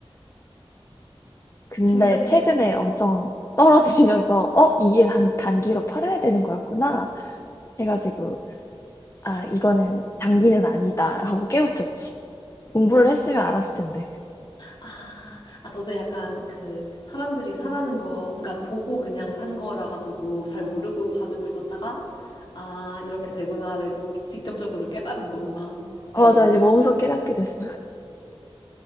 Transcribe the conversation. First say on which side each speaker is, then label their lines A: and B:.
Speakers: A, on the left (about 30°); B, on the left (about 50°).
A: 근데
B: 진짜 길다.
A: 최근에 엄청 떨어지면서, <laughs> 어, 이게 단, 단기로 팔아야 되는 거였구나. 해가지고, 아, 이거는 장비는 아니다. 하고 깨우쳤지. 공부를 했으면 알았을 텐데.
B: 아, 아, 너도 약간 그 사람들이 사라는 거, 그러니까 보고 그냥 산 거라 가지고 잘 모르고 가지고 있었다가, 아, 이렇게 되구나를 직접적으로 깨달은 거구나. 그,
A: 아, 맞아. 이제 몸소
B: 하면서.
A: 깨닫게 됐어.